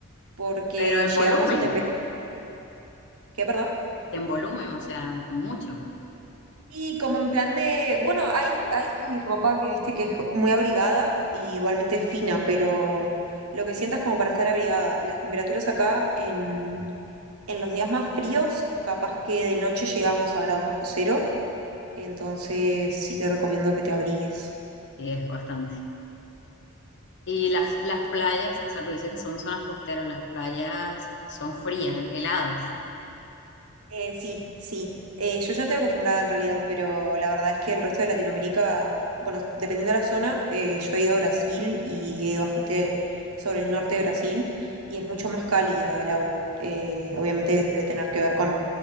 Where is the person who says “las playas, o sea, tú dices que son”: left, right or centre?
Left